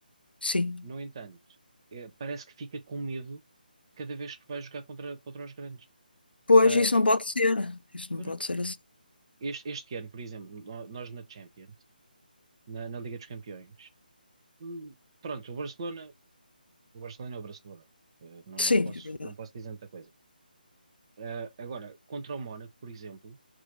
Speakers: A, on the left (about 85°); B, on the right (about 30°).
A: sim.
B: No entanto, eh, parece que fica com medo cada vez que vai jogar contra, contra os grandes.
A: Pois
B: Ah,
A: isso
B: é-
A: não pode ser. Isso não
B: pois
A: pode
B: não.
A: ser assim.
B: este, este ano, por exemplo, no- nós na Champions, na, na Liga dos Campeões, hum, pronto, o Barcelona O Barcelona é o Barcelona. Eh, Não,
A: Sim,
B: não posso,
A: é verdade.
B: não posso dizer muita coisa. Eh, agora, contra o Mónaco, por exemplo,